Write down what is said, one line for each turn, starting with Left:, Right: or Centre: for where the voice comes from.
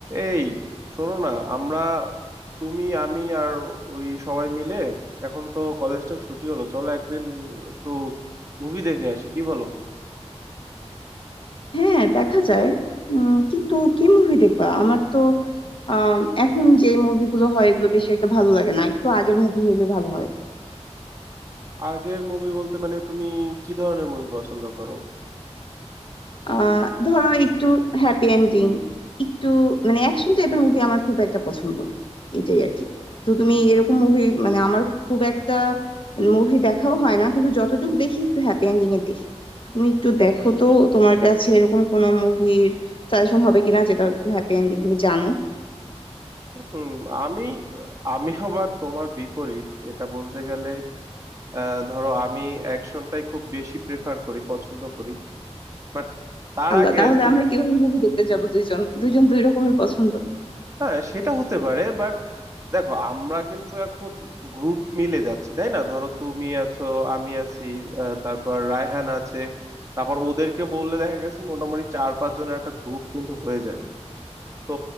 Right: এই শোনো না আমরা তুমি আমি আর ওই সবাই মিলে এখন তো কলেজটা ছুটি হলো চলো একদিন একটু মুভি দেখে আসি কি বলো
Left: হ্যাঁ দেখা যায় উম কিন্তু কি মুভি দেখবা আমার তো আম, এখন যে মুভিগুলো হয় এগুলো বেশি একটা ভালো লাগে না একটু আগের মুভি হইলে ভালো হয়
Right: আগের মুভি বলতে মানে তুমি কি ধরনের মুভি পছন্দ করো
Left: আহ ধরো একটু হ্যাপি এন্ডিং একটু মানে অ্যাকশন টাইপের মুভি আমার খুব একটা পছন্দ না এটাই আর কি তো তুমি
Right: উম,
Left: এরকম মুভি মানে আমার খুব একটা মুভি দেখাও হয় না কিন্তু যতটুকু দেখি একটু হ্যাপি এন্ডিং এ দেখি তুমি একটু দেখো তো তোমার কাছে এরকম কোনো মুভির সাজেশন হবে কিনা যেটা একটু হ্যাপি এন্ডিং তুমি জানো
Right: উম, আমি আমি আবার তোমার বিপরীত এটা বলতে গেলে আহ, ধরো আমি অ্যাকশনটাই খুব বেশি প্রেফার করি পছন্দ করি বাট তার
Left: আল্লাহ
Right: আগে
Left: তাহলে
Right: তুমি
Left: আমরা কিভাবে মুভি দেখতে যাব দুইজন দুইজন দুই রকমের পছন্দ
Right: হ্যাঁ সেটা হতে পারে বাট দেখো আমরা কিন্তু এখন গ্রুপ মিলে যাচ্ছি তাই না ধরো তুমি আছো আমি আছি আহ, তারপর রায়হান আছে তারপর ওদেরকে বললে দেখা গেছে মোটামুটি চার পাঁচ জনের একটা গ্রুপ কিন্তু হয়ে যাবে তো